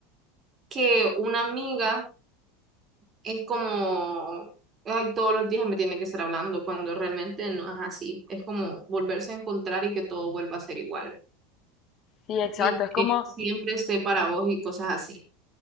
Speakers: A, on the right; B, on the left.
A: que una amiga es como, ay, todos los días me tiene que estar hablando, cuando realmente no es así, es como volverse a encontrar y que todo vuelva a ser igual,
B: Sí, exacto,
A: y
B: es
A: que
B: como,
A: siempre esté para vos y cosas así.